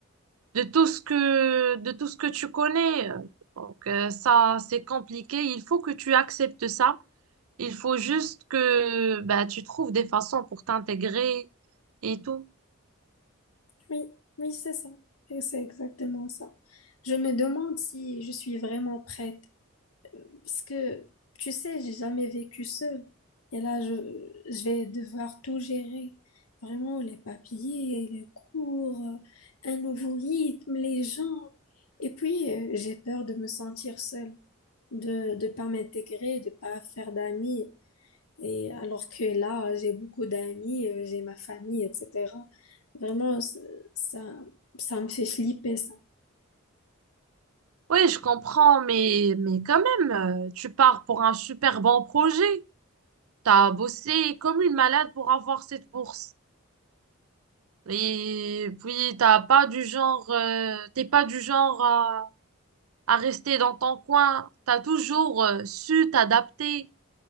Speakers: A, on the right; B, on the left.
A: de tout ce que, de tout ce que tu connais. Donc, euh, ça, c'est compliqué. Il faut que tu acceptes ça. Il faut juste que bah, tu trouves des façons pour t'intégrer et tout.
B: Oui, oui, c'est ça. Et C'est exactement ça. Je me demande si je suis vraiment prête parce que, tu sais, j'ai jamais vécu seule. Et là, je, je vais devoir tout gérer. Vraiment, les papiers, les cours, euh, un nouveau rythme, les gens. Et puis, euh, j'ai peur de me sentir seule. de de pas m'intégrer, de pas faire d'amis. Et alors que là, j'ai beaucoup d'amis, euh, j'ai ma famille, etc. Vraiment, c- ça, ça me fait flipper, ça.
A: Oui, je comprends, mais, mais quand même, euh, tu pars pour un super bon projet. T'as bossé comme une malade pour avoir cette bourse. Et puis, t'as pas du genre, euh, t'es pas du genre à, à rester dans ton coin. T'as toujours euh, su t'adapter.